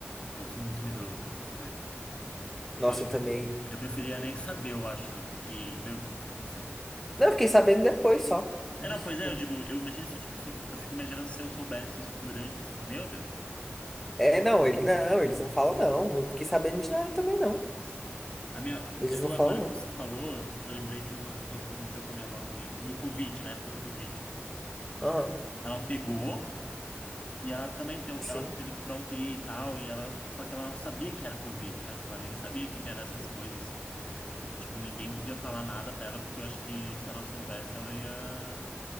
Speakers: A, on the left; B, in the centre.
A: Eu sou muito medroso para essas coisas. Nossa.
B: Nossa,
A: Eu acho
B: eu
A: que
B: também.
A: eu preferia nem saber, eu acho, do que. Meu Deus, não sei.
B: Não, eu fiquei sabendo depois só disso
A: É, não, pois é,
B: tudo.
A: eu digo, eu imagino se eu, tive- sou- eu fico imaginando se eu soubesse isso durante, assim, meu Deus.
B: É, não, ele não, eles não falam não. Eu fiquei sabendo de nada também não.
A: Sim. A minha,
B: Eles
A: eu,
B: não falam
A: agora
B: não.
A: que você falou, eu lembrei de uma coisa que aconteceu com a minha avó também, no Covid, na época do Covid.
B: Aham.
A: Ela pegou. E ela também deu,
B: Sim.
A: ela teve que ir pra UTI e tal, e ela, só que ela não sabia que era Covid, né? Tipo, ela nem sabia que que era essas coisas, assim. E, tipo, ninguém podia falar nada pra ela, porque eu acho que se ela soubesse, ela ia,